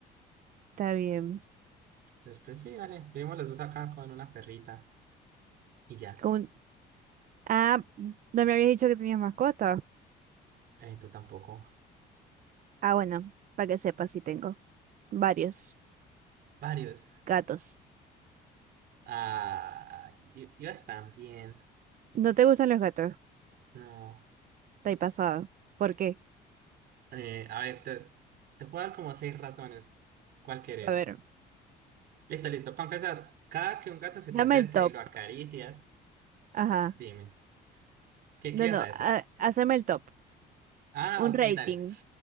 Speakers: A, on the right; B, on the right.
A: Está bien.
B: Entonces, pues sí, dale, vivimos los dos acá con una perrita y ya.
A: Con- Ah, no me habías dicho que tenías mascota.
B: Eh, tú tampoco.
A: Ah, bueno, para que sepas, sí tengo varios
B: Varios.
A: gatos.
B: Ah, y, y vas también.
A: ¿No te gustan los gatos?
B: No.
A: Estoy pasado. ¿Por qué?
B: Eh, a ver, te, te puedo dar como seis razones. ¿Cuál querés?
A: A ver,
B: Listo, listo. Para empezar, cada que un gato se
A: dame
B: te acerca
A: el top.
B: y lo acaricias,
A: Ajá.
B: dime, ¿qué,
A: No,
B: qué ibas
A: no,
B: a decir?
A: ha- haceme el top.
B: Ah,
A: Un
B: ok,
A: rating.
B: dale.